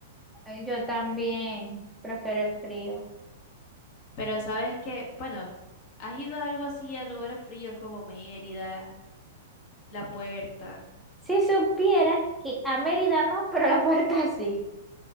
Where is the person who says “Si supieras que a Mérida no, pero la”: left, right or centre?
Centre